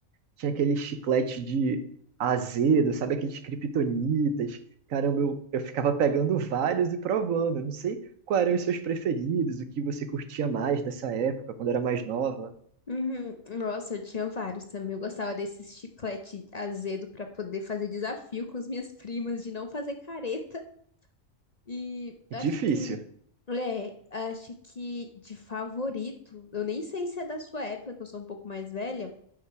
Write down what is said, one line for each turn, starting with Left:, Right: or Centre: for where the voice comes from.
Right: tinha aquele chiclete de azedo, sabe? Aqueles kryptonitas. Caramba, eu, eu ficava pegando vários e provando. Eu não sei quais eram os seus preferidos, o que você curtia mais dessa época, quando era mais nova.
Left: uhum. Nossa, eu tinha vários também. Eu gostava desse chiclete azedo pra poder fazer desafio com as minhas primas de não fazer careta. E
Right: é
Left: acho
Right: Difícil.
Left: que, é, acho que de favorito, eu nem sei se é da sua época, que eu sou um pouco mais velha.